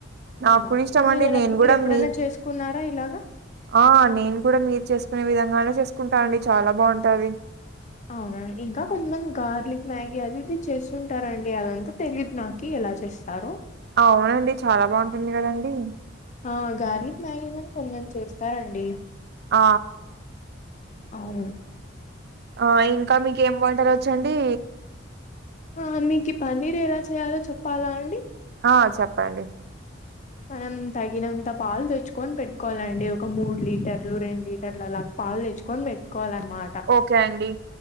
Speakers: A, on the right; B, on the left.
A: నాకు
B: అవునడి
A: కూడా ఇష్టం
B: మీరెలా
A: అండి నేను
B: మీరు
A: కూడా
B: ఎప్పుడైనా
A: మీ
B: చేసుకున్నారా ఇలాగా
A: ఆ నేను కూడా మీరు చేసుకునే విధంగానే చేసుకుంటానండి చాలా బాగుంటది
B: అవునండి ఇంకా కొంతమంది గార్లిక్ మ్యాగీ అది ఇది చేస్తుంటారంండి అదంతా తెలియదు నాకు ఎలా చేస్తారు
A: అవునండి చాలా బాగుంటుంది కదండి
B: ఆ గార్లిక్ మ్యాగీ కూడా కొందరు చేస్తారండి
A: ఆ
B: అవును
A: ఆ ఇంకా మీక ఏం వంటలు వచండి
B: ఆ మీకు పన్నీర్ ఎలా చేయాలో చెప్పాలా అండి
A: ఆ చెప్పండి
B: మనం తగినంత పాలు తెచ్చుకొని పెట్టుకోవాలండి ఒక మూడు లీటర్లు రెండు లీటర్లు అలా పాల్ తెచ్చుని మట్టు కోవాలన్నమాట
A: ఓకే అండి